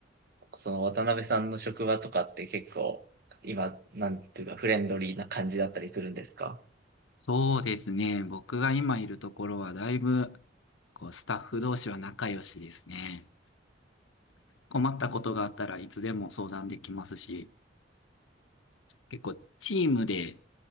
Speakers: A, on the right (about 55°); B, on the left (about 80°).
A: その渡辺さんの職場とかって結構、今、なんていうか、フレンドリーな感じだったりするんですか
B: そうですね。僕が今いるところはだいぶ、こう、スタッフ同士は仲良しですね。困ったことがあったらいつでも相談できますし、結構チームで、